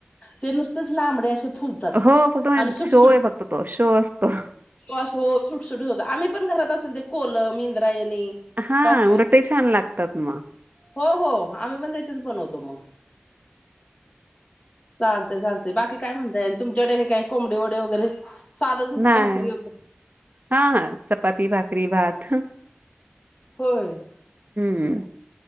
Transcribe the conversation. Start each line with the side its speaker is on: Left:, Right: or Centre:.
Left: ते नुसतेच लांबडे असे फुलतात
Right: हो फक्त म्हणजे
Left: आणि सुटसुट
Right: शो आहे फक्त तो <unintelligible>
Left: तो असं हो सुटसुटी होत. आम्ही पण घरात असेल ते कोलम, इंद्रायणी.
Right: हा
Left: आणि
Right: उलट ते छान लागतात मग
Left: पा हो हो आम्ही पण त्याचेच बनवतो मग. चालतय चालतय बाकी काय म्हणताय, तुमच्या कडे काय कोंबडी वडे वगैरे? साधच
Right: नाही
Left: भाकरी वगैरे
Right: हा हा चपाती, भाकरी, भात.
Left: होय.
Right: हम्.